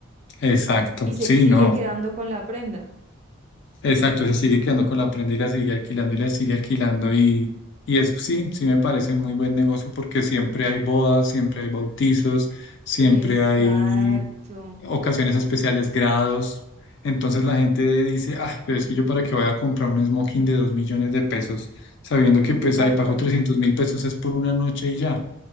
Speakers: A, on the left (about 55°); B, on the right (about 30°).
A: exacto.
B: y se
A: Sí,
B: sigue
A: no.
B: quedando con la prenda.
A: Exacto, se sigue quedando con la prenda y la sigue alquilando y la sigue alquilando y, y es, sí, sí me parece muy buen negocio porque siempre hay bodas, siempre hay bautizos, siempre
B: Exacto,
A: hay ocasiones especiales, grados. Entonces la gente dice, ah, pero es que yo para qué voy a comprar un smoking de dos millones de pesos, sabiendo que pues
B: tal
A: ahí pago
B: cual.
A: trescientos mil pesos es por una noche y ya.